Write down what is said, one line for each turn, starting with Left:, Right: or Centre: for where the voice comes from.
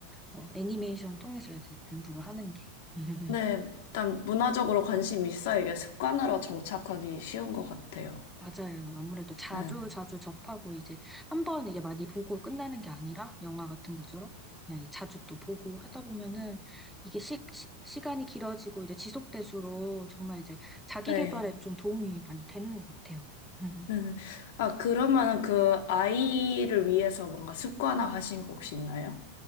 Centre: 어, 애니메이션 통해서 이제 공부를 하는 게. <laughs>
Left: 네, 일단 문화적으로 관심이 있어야 이게 습관으로 정착하기 쉬운 것 같아요.
Centre: 맞아요. 아무래도 자주
Left: 네.
Centre: 자주 접하고 이제 한번 이게 많이 보고 끝나는 게 아니라 영화 같은 것처럼 그냥 이제 자주 또 보고 하다 보면은 이게 시, 시, 간이 길어지고 이제 지속될수록 정말 이제 자기
Left: 네.
Centre: 개발에 좀 도움이 많이 되는 것 같아요. <laughs>
Left: 네. 네. 아, 그러면 그 아이를 위해서 뭔가 습관화 하신 거 혹시 있나요?